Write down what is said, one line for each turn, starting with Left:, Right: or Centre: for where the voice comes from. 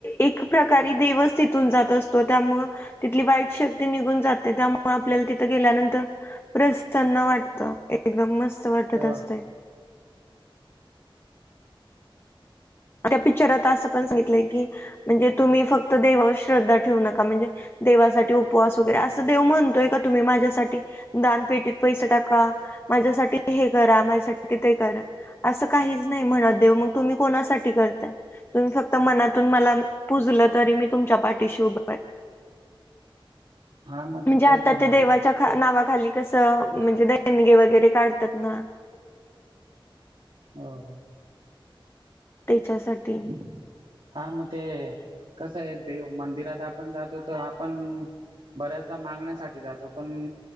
Left: एक प्रकारे देवस तिथून जात असतो त्यामु तिथली वाईट शक्ती निघून जाते त्यामुळे आपल्याला तिथं गेल्यानंतर प्रसांना वाटत एकदम मस्त वाटत
Right: हो
Left: असते. त्या पिक्चरात असं पण सांगितलंय की म्हणजे तुम्ही फक्त देवावर श्रद्धा ठेवू नका म्हणजे देवासाठी उपवास वगैरे असं देव म्हणतोय का तुम्ही माझ्यासाठी दानपेटीत पैसे टाका माझ्यासाठी हे करा माझ्यासाठी ते करा. असं काहीच नाही म्हणत देव मग तुम्ही कोणासाठी तुम्ही फक्त मनातून म पुजल तरी मी तुमच्या पाठीशी उभ.
Right: हा मग
Left: म्हणजे
Right: तेच
Left: आता
Right: आहे ना.
Left: ते देवाच्या नावाखाली कसं म्हणजे दणगे वगैरे काढतात ना.
Right: हो.
Left: त्याच्यासाठी
Right: ह. हा मग ते कसं आहे देव मंदिरात आपण जातो तर आपण बऱ्याचदा मागण्यासाठी जातो पण